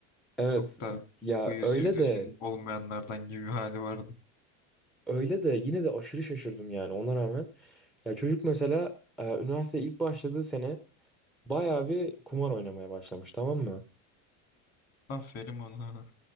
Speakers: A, in the centre; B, on the left.
A: evet
B: Çok da
A: ya
B: huyu
A: öyle
B: suyu düzgün
A: de
B: olmayanlardan gibi bir hali vardı.
A: öyle de yine de aşırı şaşırdım yani ona rağmen. Ya çocuk mesela e, üniversiteye ilk başladığı sene bayağı bir kumar oynamaya başlamış tamam mı?
B: Aferin ona.